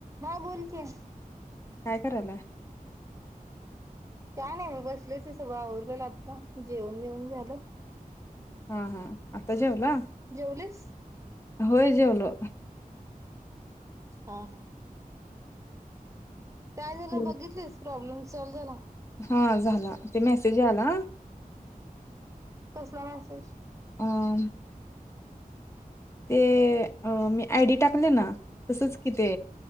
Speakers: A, on the right; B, on the left.
A: हा बोल की
B: काय करायलाय
A: काय नाही मी बसले ते सगळं आवरलेलं आता जेवन बिवन झालं
B: हा हा आता जेवला,
A: जेवलीस
B: होय जेवलो.
A: हा हा, काय झालं
B: हम्म.
A: बघितलीस. प्रॉब्लेम सॉल्व झाला.
B: हा झाला ते मेसेज आला,.
A: कसला मेसेज.
B: अम्म. ते मी आयडी टाकले ना तसच कि ते